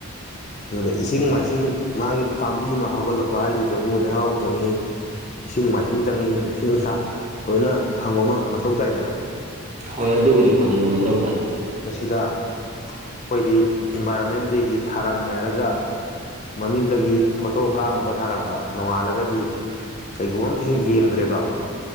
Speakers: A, on the left; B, on the right.
A: ꯑꯗꯨꯗ ꯏꯁꯤꯡ ꯃꯥꯏꯁꯤꯡ ꯃꯥꯒꯤ ꯄꯥꯝꯕꯤ ꯑꯃ ꯍꯧꯒꯠꯂꯛꯄ ꯍꯥꯏꯁꯤ ꯕꯨ ꯂꯩꯍꯥꯎ ꯆꯪꯉꯤ ꯏꯁꯤꯡ ꯃꯥꯏꯁꯤꯡ ꯆꯪꯏꯤ ꯅꯨꯡꯁꯤ ꯁꯤ ꯅꯨꯡꯁꯥ ꯂꯣꯏꯅ ꯐꯪꯕ ꯑꯃ ꯃꯊꯧ ꯇꯥꯏꯗꯅ
B: ꯍꯣꯏ ꯑꯗꯨꯕꯨꯗꯤ ꯐꯪꯍꯟꯕ ꯃꯊꯧ ꯇꯥꯏ
A: ꯃꯁꯤꯗ ꯑꯩꯈꯣꯏꯗꯤ ꯏꯟꯚꯥꯏꯔꯣꯟꯃꯦꯟ ꯗꯦꯒꯤ ꯊꯥꯔꯝꯃꯦ ꯍꯥꯏꯔꯒ ꯃꯃꯤꯡꯗꯒꯤ ꯐꯣꯇꯣ ꯀꯥꯞꯅꯕ ꯊꯥꯔꯝꯕ ꯅꯣꯡꯉꯥꯜꯂꯒꯗꯤ ꯀꯩꯒꯨꯝꯕ ꯈꯤ ꯍꯦꯛ ꯌꯦꯡꯗ꯭ꯔꯦꯗꯣ